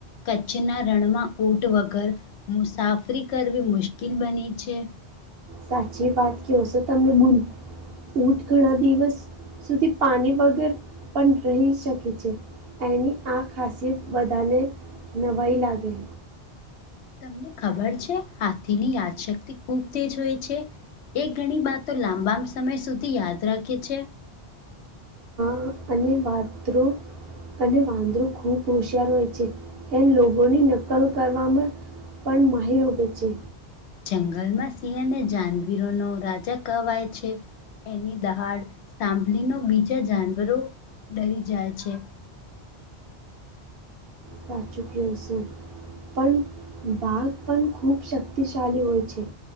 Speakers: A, on the left; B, on the right.
A: કચ્છના રણમાં ઊંટ વગર મુસાફરી કરવી મુશ્કિલ બને છે.
B: સાચી વાત ક્યો સો તમે. <unintelligible> ઊંટ ઘણા દિવસ સુધી પાણી વગર પણ રહી શકે છે. એની આ ખાસિયત બધાને નવાઈ લાગે.
A: તમને ખબર છે? હાથીની યાદશક્તિ ખૂબ તેજ હોય છે. એ ઘણી વાતો લાંબા સમય સુધી યાદ રાખે છે.
B: હા. અને <unintelligible> અને વાંદરો ખૂબ હોશિયાર હોય છે. એ લોકોની નકલ કરવામાં પણ માહિર હોવે છે.
A: જંગલમાં સિંહ અને જાનવીરોનો રાજા કહેવાય છે. એની દહાડ સાંભળીનો બીજા જાનવરો ડરી જાય છે.
B: સાચું ક્યો સો. પણ બાઘ ખૂબ શક્તિશાલી હોય છે.